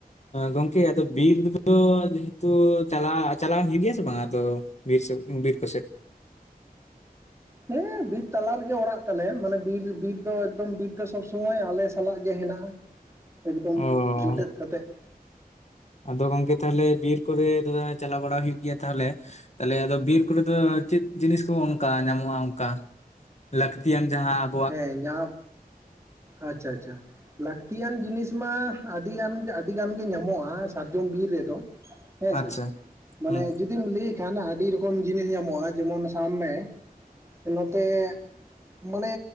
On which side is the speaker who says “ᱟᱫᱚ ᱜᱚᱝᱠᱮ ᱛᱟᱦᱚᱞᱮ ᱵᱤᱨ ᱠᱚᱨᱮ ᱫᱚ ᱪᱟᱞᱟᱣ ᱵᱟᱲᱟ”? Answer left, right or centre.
Left